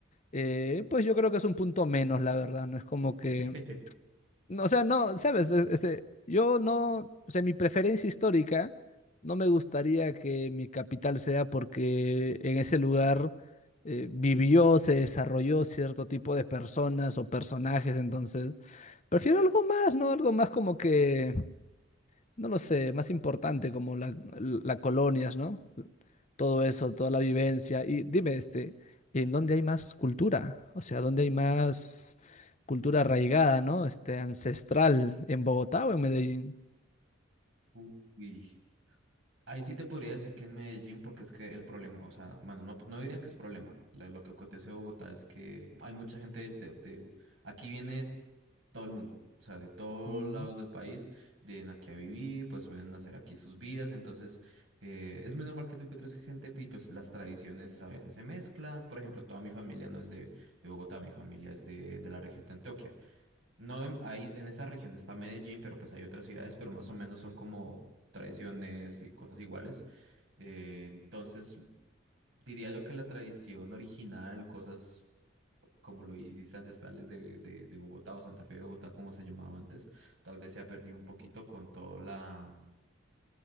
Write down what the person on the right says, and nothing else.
<laughs>
Uy. Ahí sí te podría decir que en Medellín, porque es que el problema, o sea, bueno, no, no diría que es problema. la- Lo, que acontece en Bogotá es que hay mucha gente de, de- Aquí viene todo el mundo, o sea, de todos
lados del país, vienen aquí a vivir, pues vienen a hacer aquí sus vidas. Entonces, eh, es muy normal que tú encuentres gente y pues las tradiciones a veces se mezclan. Por ejemplo, toda mi familia no es de, de Bogotá, mi familia es de, de la región de Antioquia. No, en, ahí en esa región está Medellín, pero pues hay otras ciudades, pero más o menos son como tradiciones y cosas iguales. Eh, entonces, diría yo que la tradición original, cosas como lo hiciste ancestrales de, de, de Bogotá o Santa Fe de Bogotá, como se llamaba antes, tal vez se ha perdido un poquito con toda la,